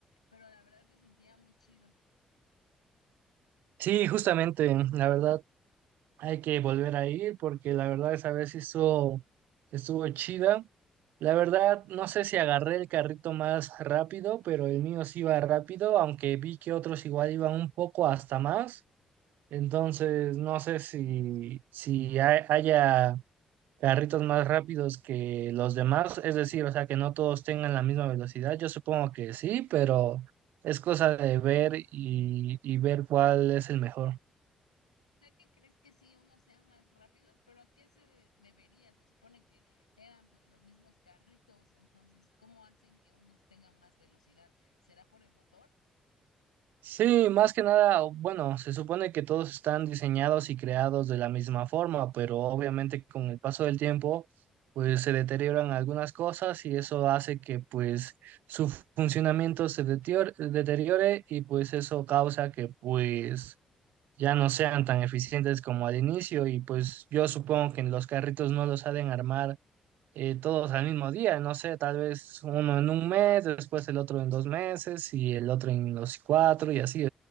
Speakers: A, on the left; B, on the right.
A: pero la verdad se sentía muy chido.
B: Sí, justamente, la verdad. Hay que volver a ir porque la verdad esa vez sí estuvo estuvo chida. La verdad, no sé si agarré el carrito más rápido, pero el mío sí iba rápido, aunque vi que otros igual iban un poco hasta más. Entonces, no sé si, si hay- haya carritos más rápidos que los demás, es decir, o sea, que no todos tengan la misma velocidad. Yo supongo que sí, pero es cosa de ver y, y ver cuál es el mejor.
A: ¿Ya que crees que sí unos sean más rápidos? Pero ¿a qué se de- debería? Se supone que eran pues los mismos carritos, entonces ¿cómo hacen que unos tengan más velocidad? ¿Será por el motor?
B: Sí, más que nada, bueno, se supone que todos están diseñados y creados de la misma forma, pero obviamente con el paso del tiempo, pues se deterioran algunas cosas y eso hace que pues su funcionamiento se deteriore, deteriore y pues eso causa que pues ya no sean tan eficientes como al inicio y pues yo supongo que los carritos no los saben armar eh, todos al mismo día, no sé, tal vez uno en un mes, después el otro en dos meses y el otro en los cuatro y así.